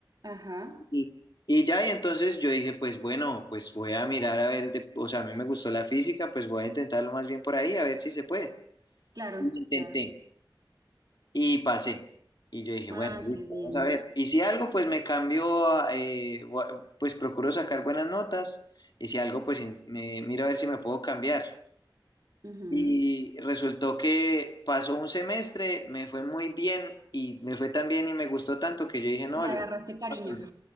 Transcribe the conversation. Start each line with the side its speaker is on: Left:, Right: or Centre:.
Right: ajá.
Left: Y, y ya, y entonces yo dije, pues bueno, pues voy a mirar a ver, de- o sea, a mí me gustó la física, pues voy a intentarlo más bien por ahí, a ver si se puede.
Right: Claro,
Left: Y Intenté
Right: claro.
Left: y pasé. Y yo dije,
Right: Ah,
Left: bueno, listo,
Right: qué bien.
Left: vamos a ver. Y si algo, pues me cambió, a, eh, bu- pues procuro sacar buenas notas. Y si algo,
Right: Ujú,
Left: pues in- me miro a ver si me puedo cambiar.
Right: ujú.
Left: Y resultó que pasó un semestre, me fue muy bien y me fue tan bien y me gustó tanto que yo dije, no,
Right: Le
Left: yo
Right: agarraste
Left: no me
Right: cariño.
Left: voy a cambiar,